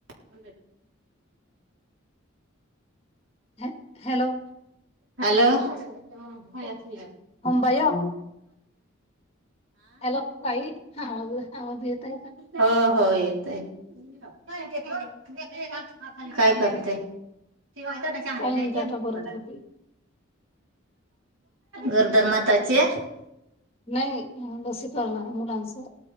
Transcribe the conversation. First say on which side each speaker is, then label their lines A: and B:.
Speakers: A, on the right; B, on the left.
A: <unintelligible>
B: हॅ hello
A: hello. हल ये नाती
B: अंबाई ओ हॅलो ताई आवाज आवाज येत आहे का?
A: हा हो हो. काय करते? ती वात ना चारलाती
B: ताईंनी डाटा
A: ना त
B: भरत
A: मला.
B: होते.
A: गरोदर माताचे
B: नाही लसीकरण हाय मुलांचं